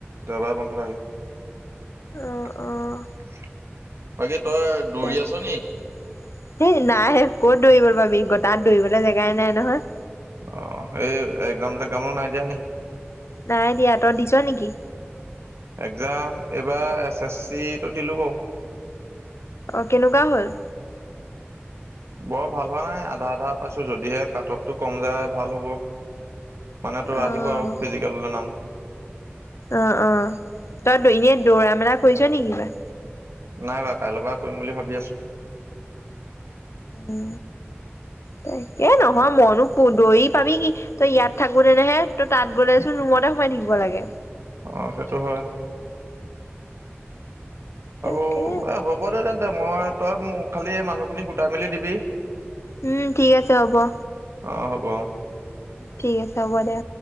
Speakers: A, on the right; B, on the left.
A: দেও বাৰ বন্ধ থাকে।
B: অ', অ',
A: <unintelligible> দৌৰি
B: সেই
A: আছ নি
B: নাই ক'ত দৌৰি আৰু। পাবি গ তাত দৌৰিবলে জেগাই নাই নহয়।
A: অ এই এক নাম ত <unintelligible> নাই দিয়া নি?
B: নাই দিয়া তই দিচ নেকি?
A: এক্জাম এইবাৰ এছ এছ চিটো দিলো বাৰু।
B: অ কেনেকুৱা হ'ল?
A: বৰ ভাল হোৱা নাই আধা আধা পাইছো যদিহে কাট অফ টো কম যায় ভাল হ'ব। মানে তো
B: অ',
A: আহিব আৰু ফিজিকেললে নাম।
B: অ অ তই এনেই দৌৰা মেলা কৰিছ নি কিবা?
A: নাই বা কাইল পা কৰিম বুলি ভাবি আছো।
B: উ তাকে নহয় মনো দৌৰি পাবি কি? তই ইয়াত থাকো তেনহে তই তাত গ'লেচোন ৰুমতে সোমাই থাকিব লাগে।
A: আহ সেইটো হয়।
B: তাকে
A: অ এ হ'ব দে তেন্তে। মই তই খালি মানুহখিনি গোটাই মেলি দিবি।
B: উম ঠিক আছে হ'ব উ
A: অ', হ'ব অ'।
B: ঠিক আছে হ'ব দে।